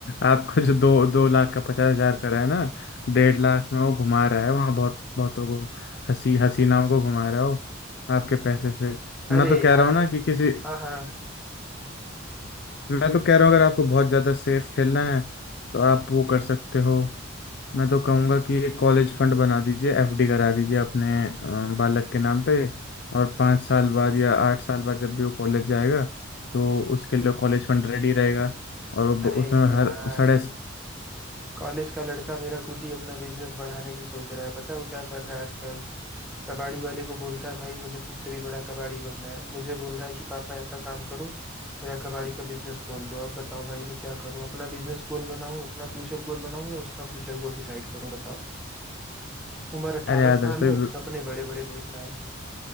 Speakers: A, on the left; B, in the centre.
A: आपका जो दो दो लाख का पचास हजार का रहा है ना डेढ़ लाख में वो घुमा रहा है वहाँ बहुत बहुतों को हसी हसीनाओं को घुमा रहा हो आपके पैसे से
B: अरे
A: मैं तो
B: यार
A: कह रहा हूँ ना कि किसी
B: हाँ हाँ
A: मैं तो कह रहा हूँ अगर आपको बहुत ज़्यादा सेफ खेलना है तो आप वो कर सकते हो मैं तो कहूँगा कि एक कॉलेज फंड बना दीजिए एफडी करा दीजिए अपने अ, बालक के नाम पे और पाँच साल बाद या आठ साल बाद जब भी वो कॉलेज जाएगा तो उसके लिए कॉलेज फंड रेडी रहेगा और वो ब-
B: अरे
A: उसमें हर
B: यार
A: साढ़े
B: कॉलेज का लड़का मेरा खुद ही अपना बिजनेस बढ़ाने की सोच रहा है पता है वो क्या कर रहा है आजकल कबाड़ी वाले को बोलता है भाई मुझे तुझसे भी बड़ा कबाड़ी बनना है मुझे बोल रहा है कि पापा ऐसा काम करो मेरा कबाड़ी का बिजनेस खोल दो अब बताओ भाई मैं क्या करूं अपना बिजनेस गोल बनाऊं अपना फ्यूचर गोल बनाऊं या उसका फ्यूचर गोल डिसाइड करूं बताओ उम्र अट्ठारह
A: अरे आदर्श
B: साल
A: भाई
B: है अब सपने बड़े बड़े देख रहा है